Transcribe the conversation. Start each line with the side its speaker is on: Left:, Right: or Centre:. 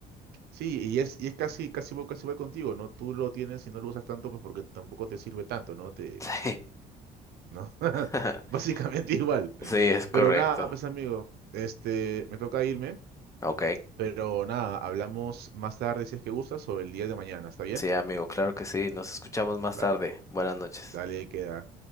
Right: sí, y es, y es casi, casi voy, casi voy contigo, ¿no? Tú lo tienes y no lo usas tanto, pues porque tampoco te sirve tanto, ¿no? Te,
Left: <laughs> Sí,
Right: ¿no? <laughs>
Left: <laughs>
Right: Básicamente igual.
Left: sí, es correcto.
Right: Pero nada, pues amigo, este, me toca irme,
Left: Ok,
Right: pero nada, hablamos más tarde si es que gustas o el día de mañana, ¿está bien?
Left: sí, amigo, claro que sí. Nos escuchamos más
Right: Dale,
Left: tarde. Buenas noches.
Right: dale, queda.